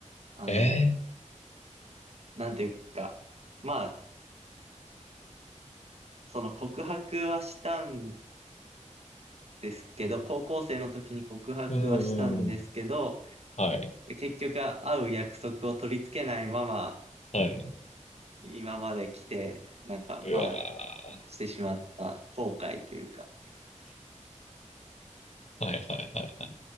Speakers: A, on the right (about 55°); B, on the left (about 60°).
A: あの、
B: え
A: なんていうか、まあ、その告白はしたんですけど、高校生の時に告白はしたんですけど、
B: ー、うんうんうん。はい、
A: 結局会う約束を取り付けないまま、
B: はい。
A: 今まで来て、なんか、
B: うわ
A: まあ、してしまった後悔というか、
B: ー。はいはいはいはい。